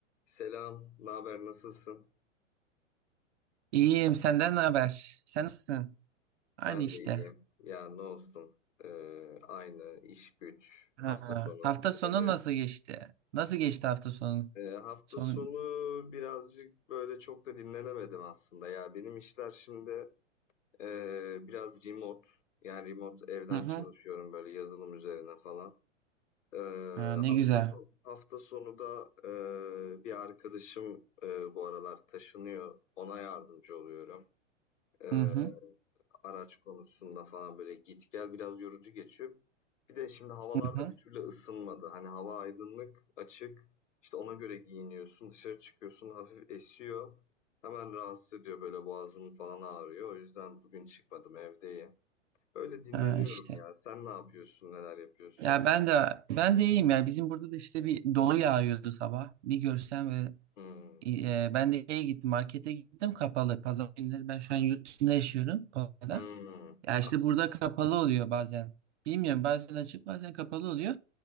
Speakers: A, on the left; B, on the right.
A: Selam, ne haber, nasılsın?
B: İyiyim, senden ne haber? Sen nasılsın? Aynı
A: Ben
B: işte.
A: de iyiyim. Ya ne olsun, ee, aynı iş güç, hafta
B: Ha.
A: sonu
B: Hafta
A: dinleniyorum.
B: sonu nasıl geçti? Nasıl geçti hafta sonu?
A: Ee, hafta
B: Sonu.
A: sonu birazcık böyle çok da dinlenemedim aslında. Ya benim işler şimdi ee, biraz remote, yani remote evden
B: Hı hı.
A: çalışıyorum böyle yazılım üzerine falan. Ee,
B: Ha, ne
A: hafta
B: güzel.
A: sonu hafta sonu da ee, bir arkadaşım ee, bu aralar taşınıyor, ona yardımcı oluyorum. E,
B: Hı hı.
A: araç konusunda falan böyle git gel biraz yorucu geçiyor. Bir de şimdi havalar
B: Hı
A: da
B: hı.
A: bir türlü ısınmadı. Hani hava aydınlık, açık. İşte ona göre giyiniyorsun, dışarı çıkıyorsun, hafif esiyor. Hemen rahatsız ediyor böyle boğazım falan ağrıyor. O yüzden bugün çıkmadım evdeyim. Öyle dinleniyorum
B: Ha, işte.
A: ya. Sen ne yapıyorsun, neler yapıyorsun?
B: Ya ben de ben de iyiyim ya. Bizim burada da işte bir dolu yağıyordu sabah. Bir görsen ve
A: Hmm.
B: e, e, ben de şeye gittim, markete gittim kapalı. Pazar günleri ben şu an yurt dışında yaşıyorum. Pazarda.
A: Hmm.
B: Ya
A: Ah,
B: işte burada kapalı oluyor bazen. Bilmiyorum bazen açık bazen kapalı oluyor.